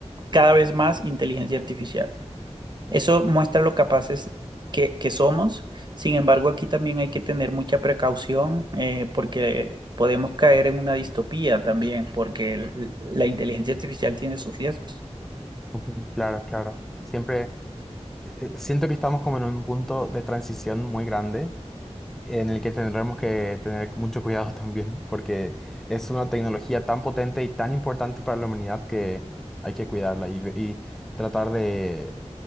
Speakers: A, on the right; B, in the centre.
A: cada vez más inteligencia artificial. Eso muestra lo capaces que, que somos. Sin embargo, aquí también hay que tener mucha precaución eh, porque podemos caer en una distopía también, porque el- la inteligencia artificial tiene sus riesgos.
B: Ujú, Claro, claro. Siempre eh, eh, siento que estamos como en un punto de transición muy grande en el que tendremos que tener mucho cuidado <laughs> también, porque es una tecnología tan potente y tan importante para la humanidad que hay que cuidarla y, ve- y tratar de,